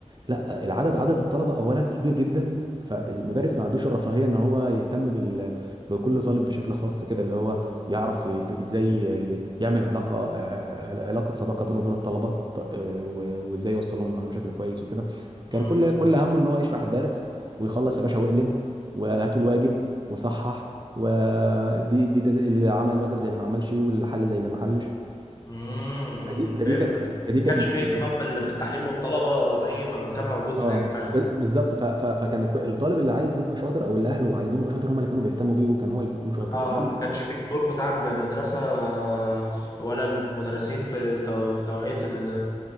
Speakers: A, on the right (about 40°); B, on the left (about 30°).
A: لا العدد عدد الطلبه اولا كبير جدا فالمدرس ما عندوش الرفاهيه ان هو يهتم بال... بكل طالب بشكل خاص كده اللي هو يعرف يت- ازاي ي- يعمل علاقه آه، علاقه صداقه بينه وبين الطلبه ط- آه، و- وازاي يوصل لهم المعلومه بشكل كويس وكده كان
B: امم
A: كل كل همه ان هو يشرح الدرس ويخلص يا باشا واقلب وهاتوا الواجب وصحح ودي دي ده زي- اللي عمل الواجب زي اللي ما عملش واللي حل زي اللي ما حلش
B: امم
A: فدي
B: فهمتك
A: فدي كانت
B: ما
A: فدي كانت
B: كانش
A: مشكله
B: فيه اهتمام
A: كبيرة.
B: بال- بالتعليم والطلبة زي ما ما كان موجود
A: اه
B: هناك فعلا
A: ب- بالظبط ف... ف... فكان الك- الطالب اللي عايز يبقى شاطر او اللي اهله عايزينه يبقى شاطر هم اللي كانوا بيهتموا بيه وكان هو اللي بيكون شاطر
B: اه
A: انما
B: ما كانش فيه الدور بتاع المدرسة آه، ولا المدرسين في تو- في توعية ال-